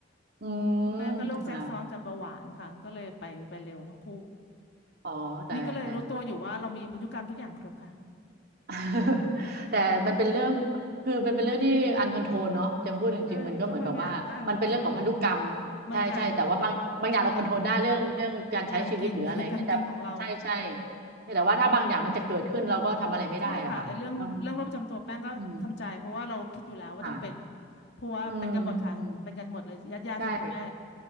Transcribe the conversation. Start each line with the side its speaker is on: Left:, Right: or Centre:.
Right: อืม
Left: คุณแม่ก็โรคแทรกซ้อนจากเบาหวานค่ะก็เลยไปไปเร็วทั้งคู่
Right: ค่ะอ๋อแต่แต่
Left: นี่ก็เลยรู้ตัวอยู่ว่าเรามีพันธุกรรมทุกอย่างครบค่ะ
Right: <laughs> แต่มันเป็นเรื่อง คือมันเป็นเรื่องที่อันคอนโทรลเนาะจังพูดจริงๆมันก็เหมือนแบบว่า
Left: ใช่ก็บางอย่างก็อันคอนโทรล
Right: มันเป็นเรื่องของพันธุกรรม ใช่ใช่แต่ว่าบางบางอย่างเราคอนโทรลได้เรื่องเรื่องการใช้ชีวิตหรืออะไรอย่างเงี้ยแต่ใช่ใช่
Left: บางอย่างใช่การกิน <laughs> ค่ะ <laughs> การกินของเรา
Right: แต่ว่าถ้าบางอย่างมันจะเกิดขึ้นเราก็ทำอะไรไม่ได้อะค่ะต้อง
Left: ใช่ค่ะไอ้เรื่องเรื่องโรคประจำตัวแป้งก็ทำใจเพราะว่าเราคิดอยู่แล้วว่าต้องเป็น
Right: อืม ค่ะ
Left: เพราะว่าเป็นกันหมดค่ะเป็นกันหมดเลยญาติญาติทางคุณแม่
Right: อืมอืม ใช่